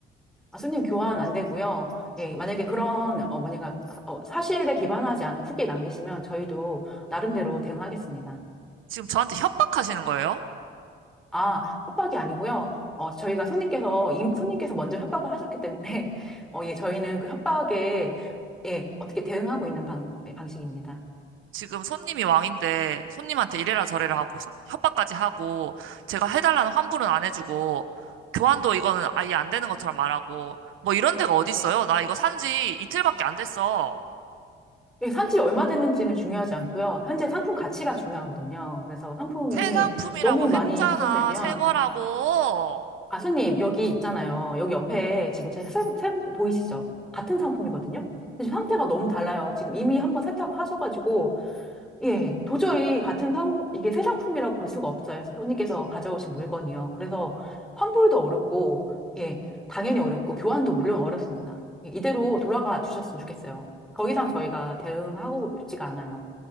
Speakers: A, in the centre; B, on the right.
A: 아, 손님 교환 안 되고요. 예, 만약에 그런, 어, 뭐냐가, 어, 사실에 기반하지 않은 후기 남기시면 저희도 나름대로 대응하겠습니다.
B: 지금 저한테 협박하시는 거예요?
A: 아, 협박이 아니고요. 어, 저희가 손님께서, 임- 손님께서 먼저 협박을 하셨기 때문에, <laughs> 어, 예, 저희는 그 협박에, 예, 어떻게 대응하고 있는 방, 예, 방식입니다.
B: 지금 손님이 왕인데, 손님한테 이래라 저래라 하고, 사- 협박까지 하고, 제가 해달라는 환불은 안 해주고, 교환도 이거는 아예 안 되는 것처럼 말하고, 뭐 이런 데가 어딨어요?
A: 네.
B: 나 이거 산지 이틀밖에 안 됐어.
A: 예, 산지 얼마 됐는지는 중요하지 않고요. 현재 상품 가치가 중요하거든요. 그래서 상품이
B: 새 상품이라고
A: 너무
B: 했잖아.
A: 많이 훼손되면
B: 새 거라고.
A: 아수님, 여기 있잖아요. 여기 옆에 지금 제 세, 세, 보이시죠? 같은 상품이거든요? 근데 지금 상태가 너무 달라요. 지금 이미 한번 세탁을 하셔가지고, 예, 예. 도저히 같은 상, 이게 새 상품이라고 볼 수가 없어요. 손님께서 가져오신 물건이요. 그래서 환불도 어렵고, 예, 당연히 어렵고, 교환도 물론 어렵습니다. 예, 이대로 돌아가 주셨으면 좋겠어요. 더 이상 저희가 대응하고 싶지가 않아요.